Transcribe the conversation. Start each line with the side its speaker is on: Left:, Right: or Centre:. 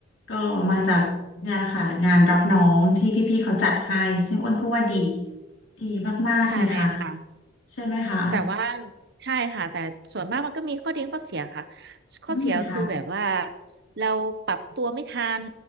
Left: ก็มาจากเนี่ยแหละค่ะงานรับน้องที่พี่ๆเขาจัดให้ซึ่งอ้นก็ว่าดีดีมากๆเลยค่ะ
Right: ใช่ค่ะ
Left: ใช่ไหมคะ
Right: แต่ว่าใช่ค่ะแต่ส่วนมากมันก็มีข้อดีข้อเสียค่ะข้อเสียคือแบบว่า
Left: อืมค่ะ
Right: เราปรับตัวไม่ทัน